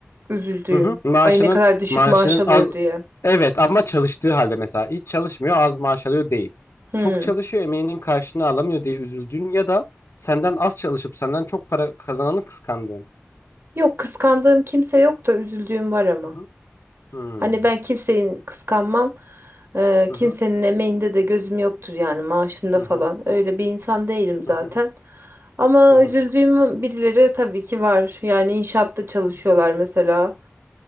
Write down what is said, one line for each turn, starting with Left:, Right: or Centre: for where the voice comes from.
Right: üzüldüğüm?
Left: Hı hı. Maaşının
Right: Ay ne kadar düşük
Left: maaşının
Right: maaş alıyor
Left: az
Right: diye.
Left: evet ama çalıştığı halde mesela hiç çalışmıyor az maaş alıyor değil.
Right: Hı.
Left: Çok çalışıyor emeğinin karşılığını alamıyor diye üzüldüğün ya da senden az çalışıp senden çok para kazananı kıskandığın.
Right: Yok kıskandığım kimse yok da üzüldüğüm var ama.
Left: Hı hı. Hmm.
Right: Hani ben kimseyi kıskanmam. Ee,
Left: Hı
Right: kimsenin
Left: hı.
Right: emeğinde de gözüm yoktur yani maaşında
Left: Hı
Right: falan.
Left: hı.
Right: Öyle bir insan değilim zaten.
Left: Hı hı.
Right: Ama
Left: Hı hı.
Right: üzüldüğüm birileri tabii ki var. Yani inşaatta çalışıyorlar mesela.